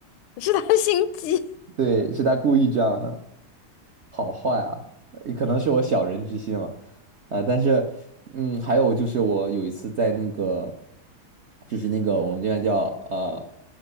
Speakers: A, on the left; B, on the right.
A: 是他心机。
B: 对，是他故意这样的。好坏啊，也可能是我小人之心了，呃，但是，嗯，还有就是我有一次在那个，就是那个我们这边叫呃